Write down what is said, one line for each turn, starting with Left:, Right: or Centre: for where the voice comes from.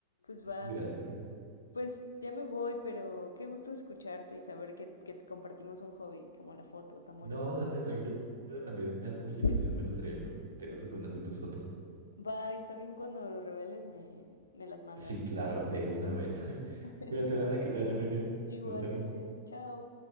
Left: Pues va.
Right: Gracias, gracias.
Left: Pues ya me voy, pero qué gusto escucharte y saber que, que te compartimos un hobby como la foto, tan bonita.
Right: No, dale, tranquila, también me hace mucha ilusión.
Left: <laughs>
Right: Me gustaría que me compartieras algunas de tus fotos.
Left: Va, y también cuando lo reveles me, me las mandas.
Right: Sí, claro, de una vez. <laughs>
Left: <laughs>
Right: Cuídate, Dana, que te vaya muy bien.
Left: Igualmente.
Right: Nos vemos.
Left: Chao.